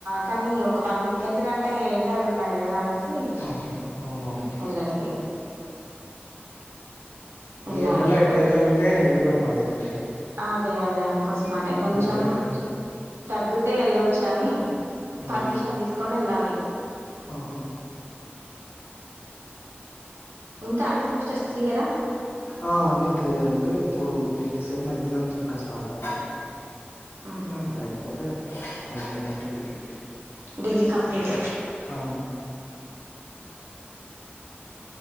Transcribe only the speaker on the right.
కానీ ఒక వన్ వీక్ ఎందుకంటే ఎండలు ఉన్నాయి కదా అనేసి <unintelligible>
వెళ్ళట్లేదు వెళ్ళాలి
ఇప్పుడు
అదే అదే అందుకోసం అనే కొంచెం
తగ్గితే వెళ్ళొచ్చని
పర్మిషన్ తీసుకొని వెళ్ళాలి
ఇంకా అన్ని సెమిస్టర్స్ క్లియరా
మ్మ్
డిగ్రీ కంప్లీట్